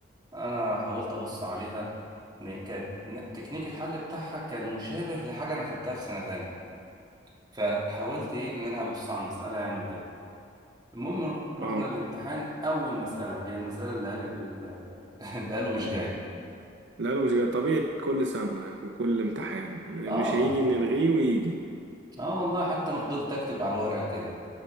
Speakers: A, on the right (about 20°); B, on the right (about 70°).
A: أنا حاولت أبص عليها إن كانت ن- تكنيك الحل بتاعها كان مشابه لحاجة أنا خدتها في سنة تانية فحاولت إيه إن أنا أبص على المسألة يعني وكده المهم ر- رحنا
B: آه.
A: الامتحان أول مسألة هي المسألة اللي قال ال- <laughs> اللي قالوا مش جاية
B: لا لا مش جاي طبيعي كل سنة وكل امتحان
A: آه
B: مش هيجي نلغيه ويجي
A: آه والله حتى أنا فضلت أكتب على الورقة كده